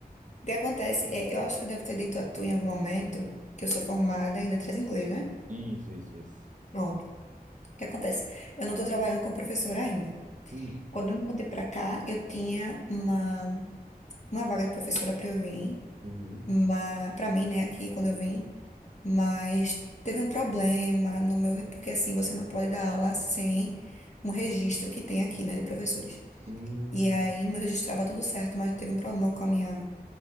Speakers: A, on the left; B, on the right.
A: que acontece? É, eu acho que eu devo ter dito a tu em algum momento que eu sou formada em letras em inglês, né?
B: Isso, isso, isso.
A: Pronto. O que acontece? Eu não estou trabalhando como professora ainda.
B: Hum,
A: Quando eu me mudei para cá, eu tinha uma, uma vaga de professora para eu vir.
B: uhum.
A: mas para mim, né, aqui quando eu vim, mas teve um problema no meu, porque assim, você não pode dar aula sem um registro que tem aqui, né, de professores.
B: Hum,
A: E aí meu registro estava tudo certo, mas teve um problema com a minha